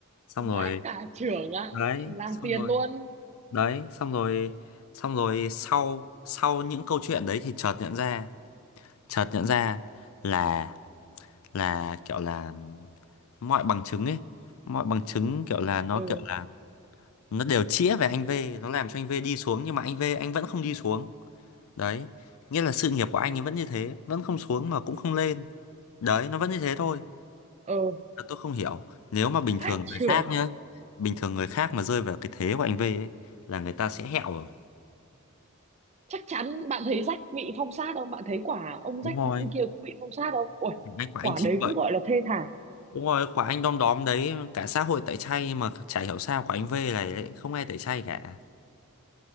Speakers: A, on the left; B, on the right.
A: Xong
B: vãi
A: rồi.
B: cả trưởng ạ,
A: Đấy,
B: làm
A: xong
B: tiền
A: rồi
B: luôn.
A: đấy xong rồi xong rồi sau sau những câu chuyện đấy thì chợt nhận ra chợt nhận ra là là kiểu là mọi bằng chứng ấy mọi bằng chứng kiểu là nó
B: Ừ,
A: kiểu là nó đều chĩa về anh V nó làm cho anh V đi xuống nhưng mà anh V anh vẫn không đi xuống đấy nghĩa là sự nghiệp của anh ấy vẫn như thế vẫn không xuống mà cũng không lên đấy nó vẫn như thế thôi
B: ừ,
A: Là tôi không hiểu nếu mà bình
B: vãi
A: thường
B: trưởng.
A: người khác nhá bình thường người khác mà rơi vào cái thế của anh V ấy là người ta sẽ hẹo rồi
B: chắc chắn bạn thấy rách bị phong sát không bạn thấy quả ông
A: đúng
B: rách
A: rồi
B: kia cũng bị phong sát không ui
A: anh của
B: quả
A: anh chín
B: đấy cũng gọi là thê thảm
A: Đúng rồi, quả anh đom đóm đấy, cả xã hội tẩy chay mà chả hiểu sao quả anh V này lại không ai tẩy chay cả.